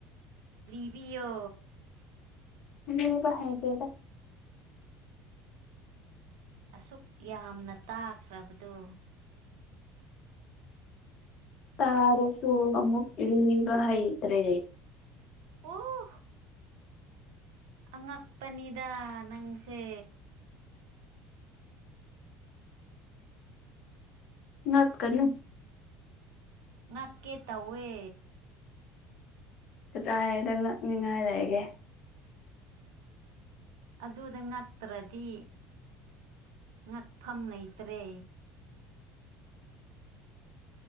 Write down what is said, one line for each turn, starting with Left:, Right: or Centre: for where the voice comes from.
Right: ꯂꯤꯕꯤꯌꯣ
Left: ꯂꯤꯕ ꯍꯩꯇꯦꯗ
Right: ꯑꯁꯨꯛ ꯌꯥꯝꯅ ꯇꯥꯈ꯭ꯔꯕꯗꯣ
Left: ꯇꯥꯔꯁꯨ ꯑꯃꯨꯛ ꯂꯤꯕ ꯍꯩꯇ꯭ꯔꯦ
Right: ꯑꯣ ꯑꯉꯛꯄꯅꯤꯗ ꯅꯪꯁꯦ
Left: ꯉꯛꯀꯅꯨ
Right: ꯉꯛꯀꯦ ꯇꯧꯋꯦ
Left: ꯀꯗꯥꯏꯗ ꯉꯛꯅꯤꯡꯉꯥꯏ ꯂꯩꯒꯦ
Right: ꯑꯗꯨꯗ ꯉꯛꯇ꯭ꯔꯗꯤ ꯉꯛꯐꯝ ꯂꯩꯇ꯭ꯔꯦ